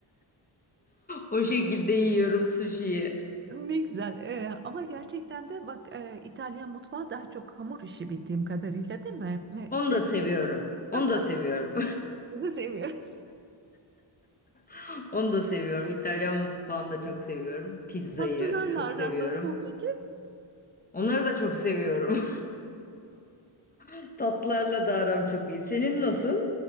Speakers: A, on the left; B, on the right.
A: O şekilde yiyorum sushi'yi.
B: ne güzel. E, ama gerçekten de bak e, İtalyan mutfağı daha çok hamur işi bildiğim kadarıyla değil mi? E, İşte
A: Onu da seviyorum. Onu da
B: <laughs>
A: seviyorum.
B: bunu seviyorum.
A: <laughs> Onu da seviyorum. İtalyan mutfağını da çok seviyorum. Pizzayı
B: Tatlılarla
A: çok
B: aran
A: seviyorum.
B: nasıl peki?
A: Onları da çok seviyorum. <laughs> Tatlarla da aram çok iyi. Senin nasıl?